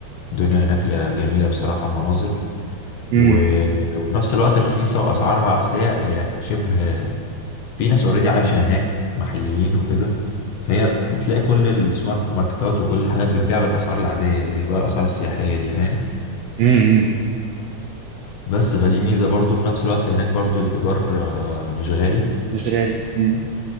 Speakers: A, on the left; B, on the right.
A: الدنيا هناك لا- جميلة بصراحة مناظر
B: امم
A: و- وفي نفس الوقت رخيصة واسعارها اصل هي هي شبه في ناس اوريدي عايشة هناك محليين وكده فهي بتلاقي كل السوبر ماركتات وكل الحاجات بتبيع بالاسعار العادية مفيش بقى الاسعار السياحية دي فاهم
B: امم
A: بس فدي ميزة برضو في نفس الوقت هناك برضو الإيجار آه، مش غالي
B: مش غالي امم